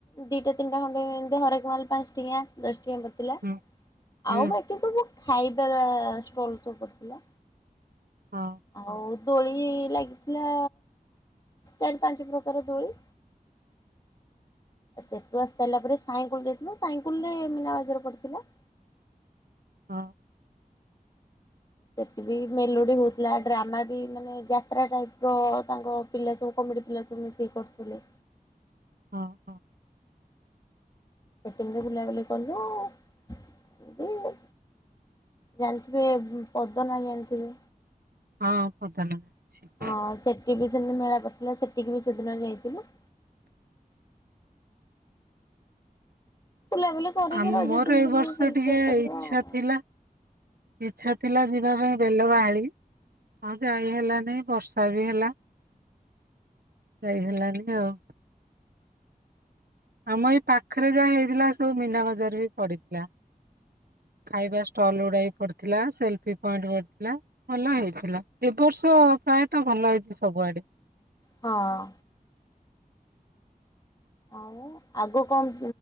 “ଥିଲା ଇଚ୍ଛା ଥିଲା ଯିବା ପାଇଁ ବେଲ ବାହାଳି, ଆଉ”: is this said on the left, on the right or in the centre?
Right